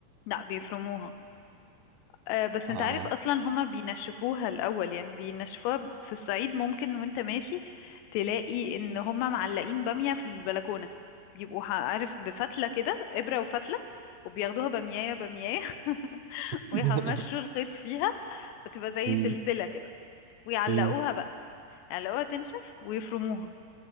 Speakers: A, on the left (about 85°); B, on the right (about 90°).
A: لا بيفرموها آه بس
B: اه
A: انت عارف اصلا هما بينشفوها الاول يعني بينشفوها في الصعيد ممكن وانت ماشي تلاقي ان هما معلقين بامية في البلكونة بيبقوا عارف بفتلة كده ابرة وفتلة وبياخدوها باميايه باميايه <laughs>
B: <laughs>
A: ويمشوا الخيط فيها فتبقى زي
B: مم.
A: سلسلة كده ويعلقوها
B: مم.
A: بقى يعلقوها تنشف ويفرموها